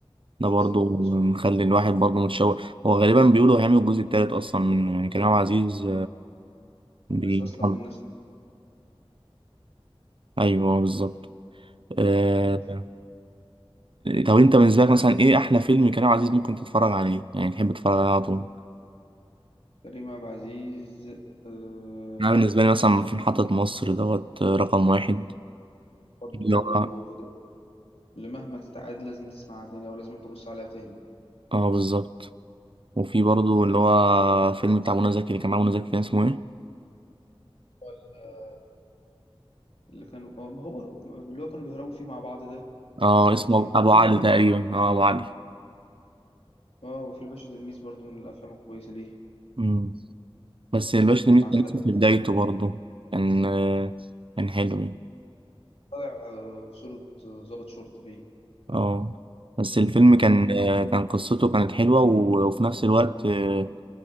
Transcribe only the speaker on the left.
بالظبط
عايز اصلا من نفس
الناس
كريم عبد العزيز آه
برضو
آه، ده اللي مهما تتعاد لازم تسمعها تاني او لازم تبص عليها تاني
ولا اللي كانوا آه، ما هو اللي هو كانوا بيهربوا فيه مع بعض ده
كان
فيه
وفي
الباشا
اه وفي الباشا تلميذ برضو من الافلام الكويسه ليه
كان مع
غادة
عادل.
طالع آه، في صورة آه، ضابط شرطة فيه